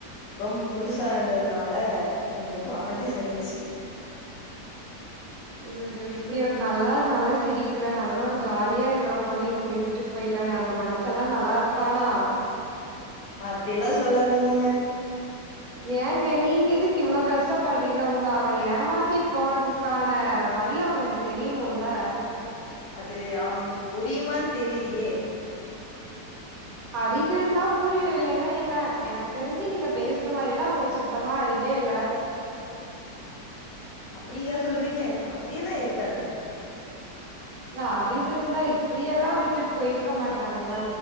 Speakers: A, on the left; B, on the right.
A: ரொம்ப புதுசா இருந்ததுனால கொஞ்சோ ட்ராமட்டீஸ் ஆய்டுச்சு
B: ஐயய்யோ இப்புடி ஒரு நல்லா நல்லா சிரிக்கிற நல்லா ஒரு ஜாலியா இருக்கற பொண்ண இப்புடி விட்டுட் போயிட்டானே அந்த மனுசல்லா நல்லா இருப்பானா
A: அப்டில்லா சொல்லாதீங்கங்க
B: ஏங்க நீங்க எதுக்கு இவ்ளோ கஷ்டப்படுறீங்க உங்கள அவ ஏமாத்திட் போனதுக்கான வலி அவங்கள தெரியணுல
A: அது அவங்களுக்கு புரியுமான்னு தெரியலயே
B: அறிவு இருந்தா புரியு இல்லேன்னா என்ன எனக்கு தெரிஞ்சு நீங்க பேசுற மாரில்லா அவங்களுக்கு சுத்தமா அறிவே இல்ல
A: அப்புடியா சொல்றீங்க அப்புடியெல்லா இருக்காதுங்க
B: இல்ல அறிவு இருந்தா இப்படியெல்லா விட்டுட் போயிருக்க மாட்டாங்கல்ல